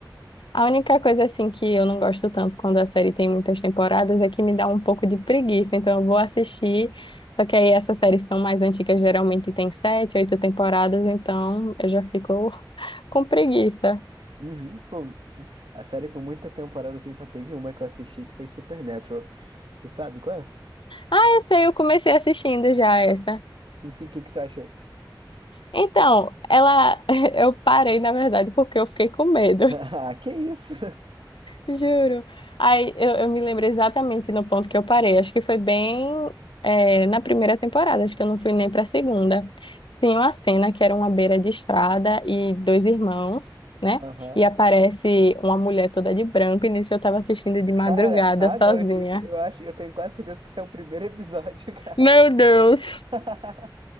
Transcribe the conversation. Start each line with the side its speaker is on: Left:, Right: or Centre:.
Left: A única coisa, assim, que eu não gosto tanto quando a série tem muitas temporadas é que me dá um pouco de preguiça. Então eu vou assistir, só que aí essas séries são mais antigas, geralmente tem sete, oito temporadas, então eu já fico <laughs> com preguiça.
Right: Uhum. Pô, a série com muita temporada, assim, só teve uma que eu assisti que foi Supernatural. Tu sabe qual é?
Left: Essa eu comecei assistindo já, essa.
Right: <laughs> O que que tu achou? <laughs>
Left: Então, ela, <laughs> eu parei, na verdade, porque eu fiquei com medo.
Right: Ah, que isso?
Left: Juro. Aí eu, eu me lembro exatamente no ponto que eu parei. Acho que foi bem é, na primeira temporada, acho que eu não fui nem para a segunda. Tinha uma cena que era uma beira de estrada e dois irmãos, né?
Right: <laughs> Aham.
Left: E aparece uma mulher toda de branco, e nisso eu estava assistindo de madrugada
Right: Cara, ah
Left: sozinha.
Right: não, isso, isso- eu acho, eu tenho quase certeza que isso é o primeiro episódio, <laughs> cara.
Left: Meu Deus!
Right: <laughs>